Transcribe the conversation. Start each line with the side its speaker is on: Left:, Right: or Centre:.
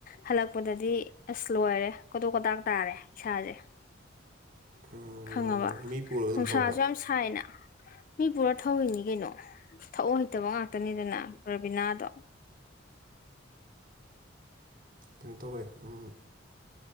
Left: ꯍꯜꯂꯛꯄꯗꯗꯤ ꯑꯁ ꯂꯣꯏꯔꯦ ꯀꯣꯇꯣꯛ ꯀꯣꯇꯥꯛ ꯇꯥꯔꯦ ꯏꯁꯥꯁꯦ
Right: ꯎꯝ
Left: ꯈꯪꯉꯕ
Right: ꯃꯤ ꯄꯨꯔꯒ
Left: ꯅꯨꯡꯁꯥꯁꯨ
Right: ꯑꯗꯨꯝ ꯊꯧꯕ
Left: ꯌꯥꯝ ꯁꯥꯏꯅ ꯃꯤ ꯄꯨꯔ ꯊꯧꯔꯤꯅꯤ ꯀꯩꯅꯣ ꯊꯧ ꯍꯩꯇꯕ ꯉꯥꯛꯇꯅꯤꯗꯅ ꯔꯕꯤꯅꯥꯗꯣ
Right: ꯀꯩꯅꯣ ꯇꯧꯋꯦ ꯎꯝ